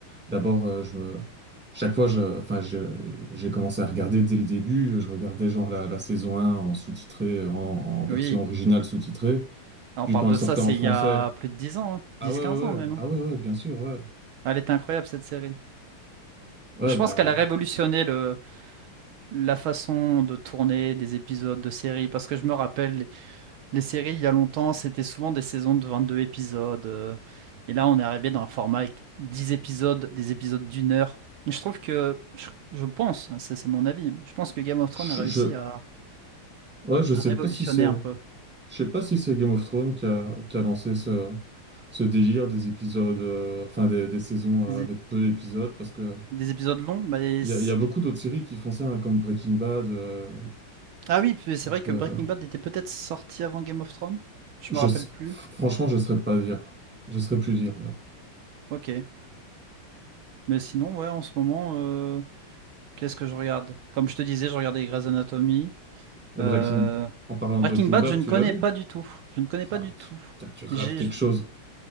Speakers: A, in the centre; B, on the right.
A: D'abord, euh, je me- chaque fois, je... enfin, je- j'ai commencé à regarder dès le début. Je regardais genre la, la saison un en sous-titré, euh, en, en version
B: oui.
A: originale sous-titrée.
B: On
A: Puis
B: parle
A: quand
B: de
A: elle sortait
B: ça, c'est
A: en français,
B: il y a plus de 10 ans, hein.
A: ah
B: 10-15
A: ouais, ouais, ouais,
B: ans même. hein.
A: ah ouais, ouais, bien sûr, ouais,
B: Elle est incroyable cette série.
A: ouais,
B: Je
A: bah,
B: pense qu'elle a révolutionné le, la façon de tourner des épisodes de séries, parce que je me rappelle, les, les séries il y a longtemps, c'était souvent des saisons de 22 épisodes. euh, et là, on est arrivé dans un format avec 10 épisodes, des épisodes d'une heure. Je trouve que, je, je pense, hein, ça c'est mon avis, je pense que Game of Thrones
A: je,
B: a réussi
A: je...
B: à
A: ouais, je
B: à
A: sais
B: révolutionner
A: pas si c'est,
B: un peu
A: je sais pas si c'est Game of Thrones qui a, qui a lancé ce, ce délire des épisodes, euh, enfin des, des saisons euh,
B: Des,
A: avec peu d'épisodes, parce que
B: des épisodes longs? Bah, et
A: Il
B: c-
A: y a, il y a beaucoup d'autres séries qui font ça, hein, comme Breaking Bad. euh,
B: Ah oui, puis c'est
A: donc,
B: vrai que
A: euh,
B: Breaking Bad était peut-être sorti avant Game of Thrones. Je
A: je,
B: me rappelle
A: s-
B: plus.
A: franchement, je ne saurais pas dire. Je ne saurais plus dire. là.
B: Ok. Mais sinon, ouais, en ce moment, euh, qu'est-ce que je regarde? Comme je te disais, je regardais Grey's Anatomy.
A: Et
B: euh,
A: Breaking, en parlant
B: Breaking
A: de Breaking
B: Bad,
A: Bad,
B: je ne
A: tu
B: connais
A: l'as vu?
B: pas du tout. Je ne connais pas
A: Ah,
B: du tout.
A: tu, tiens, tu rates
B: J'ai...
A: quelque chose.